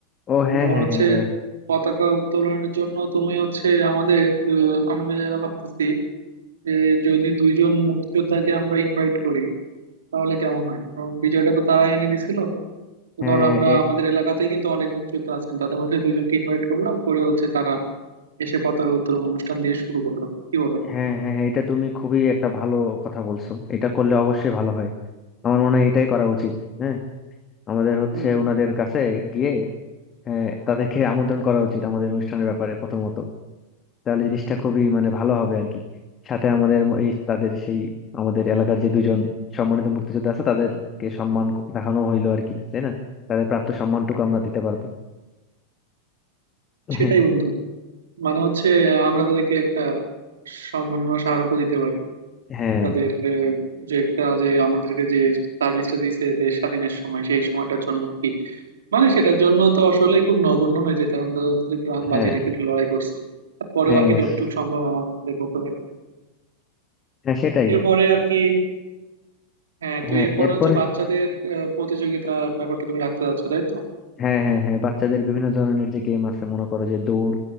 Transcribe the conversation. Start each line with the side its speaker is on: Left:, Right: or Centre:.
Left: ও
Right: তো
Left: হ্যাঁ
Right: তোমার
Left: হ্যাঁ
Right: হচ্ছে
Left: হ্যাঁ এটা
Right: পতাকা উত্তোলনের জন্য তুমি হচ্ছে আমাদের আহ, আমি যারা ভাবতেছি যে যদি দুইজন মুক্তিযোদ্ধাকে আমরা ইনভাইট করি তাহলে কেমন হয় কারণ বিজয়টা তো তারা এনে দিছিল তো
Left: হ্যাঁ
Right: ধরো আমরা আমাদের এলাকাতেই কিন্তু অনেক মুক্তিযোদ্ধা আছেন তাদের মধ্যে দুইজনকে ইনভাইট করলাম করে হচ্ছে তারা এসে পতাকা উত্তোলন অনুষ্ঠান দিয়ে শুরু করলো কি বলো
Left: হ্যাঁ হ্যাঁ হ্যাঁ এটা তুমি খুবই একটা ভালো কথা বলছো এটা করলে অবশ্যই ভালো হয় আমার মনে হয় এটাই করা উচিত হ্যাঁ আমাদের হচ্ছে
Right: হুম,
Left: ওনাদের কাছে গিয়ে হ্যাঁ, তাদেরকে আমন্ত্রণ করা উচিত আমাদের অনুষ্ঠানের ব্যাপারে প্রথমত তাহলে জিনিসটা খুবই মানে ভালো হবে আর কি সাথে আমাদের ম- এই তাদের সেই আমাদের এলাকার যে দুজন সম্মানিত মুক্তিযোদ্ধা আছে তাদেরকে সম্মান ক- দেখানো হইলো আর কি তাই না তাদের প্রাপ্ত সম্মানটুকু আমরা দিতে পারবো <laughs>
Right: সেটাই বন্ধু মানে হচ্ছে আমরা তাদেরকে একটা সম্মাননা স্মারকও দিতে পারি
Left: হ্যাঁ হ্যাঁ
Right: তাদের আহ, যে কাজে আমাদেরকে যে সার্ভিসটা দিয়েছে দেশ স্বাধীনের সময় সেই সময়টার জন্য আর কি মানে সেটার জন্য তো আসলে খুব নগণ্য হয়ে যেত কারণ তারা তো প্রাণ বাজি
Left: হ্যাঁ
Right: রেখে লড়াই করছিল তারপরেও
Left: হ্যাঁ
Right: আর কি যতটুকু সম্ভব আমাদের পক্ষ থেকে
Left: হ্যাঁ, সেটাই
Right: এরপরে আর কি হ্যাঁ তো
Left: হ্যাঁ
Right: এরপরে
Left: এরপরে
Right: হচ্ছে বাচ্চাদের আহ, প্রতিযোগিতার ব্যাপারটা তুমি রাখতে যাচ্ছ তাই তো
Left: হ্যাঁ হ্যাঁ হ্যাঁ বাচ্চাদের বিভিন্ন ধরনের যে গেম আছে মনে করো যে দৌড়